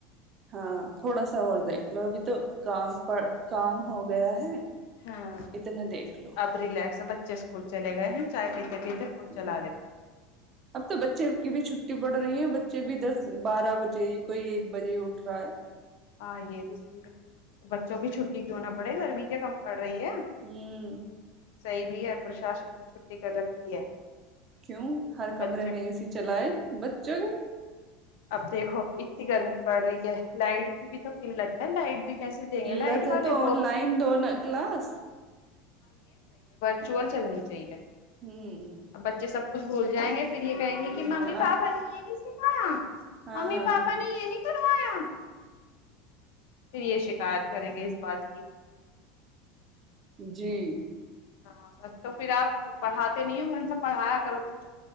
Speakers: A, on the right; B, on the left.
A: ہاں تھوڑا سا اور دیکھ لو ابھی تو کام کام ہو گیا ہے
B: ہاں
A: اتنا دیکھ لو
B: اب ریلیکس ہے ب ے اسکول چلے گئے ہیں چائے پیتے پیتے فون
A: ہ
B: چلا لیتے ہیں
A: اب تو بچے کی بھی چھٹی پڑ رہی ہیں چ بھی دس بارہ بجے کوئی ایک بجے اٹھ رہا ہے
B: ہاں یہ بھی صحی ہے بچوں کی چھٹی کیوں نہ پڑے گرمی کیا کم پڑ رہی ہے
A: ہوں <inaudible>
B: صحی بھی ہے پرشاسن نے چھٹی کر رکھی ہے
A: کیوں ہر کمرے
B: بچے
A: میں اے سی چلائے بچوں کے
B: اب دیکھو اتنی گرمی پڑ رہی ہے لائٹ کی بھی تو قلت ہے لائٹ بھی کیسے دیں گے لائٹ
A: لہ تھا
B: والے
A: تو
B: وہ
A: انن
B: بھی
A: لائن دو ا کلاس
B: چول چلنی چاہیے
A: ہوں <inaudible>
B: اب بچے سب کچھ بھول جائیں گے پھر یہ کہیں گے کہ ممی
A: ہ
B: پاپا نے یہ نہیں ہاں <inaudible>
A: ہاں
B: ممی پاپا نہیں یہ نہیں کروایا پھر یہ شکایت کریں گے اس بات کی
A: جی
B: ہاں بس تو پھر آپ پڑھاتے نہیں ہو گھر میں پڑھایا کرو بس